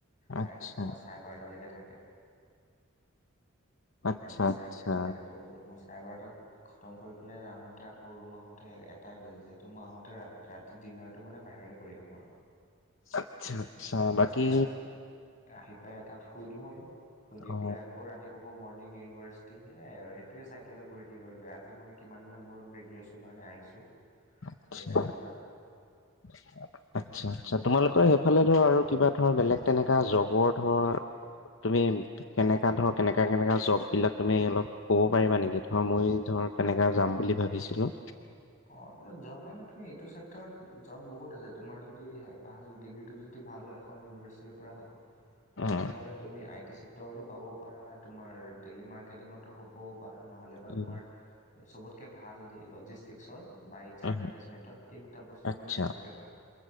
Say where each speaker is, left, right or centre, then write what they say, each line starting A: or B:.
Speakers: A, on the left (about 35°); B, on the left (about 65°).
A: চাৰে
B: আচ্ছা
A: সাতটাৰ পৰা চাৰে বাৰটালৈকে থাকে
B: আচ্ছা
A: ৰাতি চাৰে
B: আচ্ছা
A: বাৰটালৈকে তো মই চাৰে বাৰটাত খতম কৰি পেলাই আহোতে আকৌ ৰুম আহোতে এটাই বাজি যায় টো মই আহোতে ৰাতি ডিনাৰটো মানে বাহিৰতে কৰি আহো আৰু
B: আচ্ছা
A: এ
B: আচ্ছা
A: এ
B: বাকী
A: এটা আহি পায় আহি পাই এটাত শুই দিওঁ আৰু। শুই দি
B: অ
A: পেলাই আকৌ ৰাতিপুৱা পা মৰ্ণিং ইউনিভাৰ্চিটি সেয়াই আৰু সেইটোৱে চাইকেলত ঘূৰি থাকিব লাগে। আজি মই কিমান দিনৰ মূৰত ব্ৰেক লৈছোঁ কাৰণে আহিছোঁ।
B: আচ্ছা
A: ফ্ৰেণ্ড এজনৰ তাত।
B: <inaudible> আচ্ছা, আচ্ছা তোমালোকৰ সেইফালে ধৰা আৰু কিবা ধৰ বেলেগ তেনেকা জবৰ ধৰা তুমি কেনেকা ধৰ কেনেকা কেনেকা জব বিলাক তুমি অলপ ক'ব পাৰিবা নেকি? ধৰা মই ধৰ তেনেকা যাম বুলি ভাৱিছিলোঁ।
A: অ, জব মানে তুমি এইটো চেক্টৰত জব বহুত আছে। তোমাৰ যদি হাই ভাল ডিগ্ৰীটো যদি যদি এখন ভাল ইউনিভাৰ্চিটিৰ পৰা হয়।
B: উম
A: তেন্তে হ'লে তুমি আই টি চেক্টৰতো পাব পাৰা, তোমাৰ টেলি মাৰ্কেটিঙটো হ'ব। বা নহ'লে বা
B: উম
A: তোমাৰ চবতকে ভাল দেই লজিষ্টিক্সত। বাই এইচ আৰ
B: উম
A: মেনেজমেণ্টত এই দুটা বস্তু
B: আচ্ছা
A: মানে চবতকে ভাল।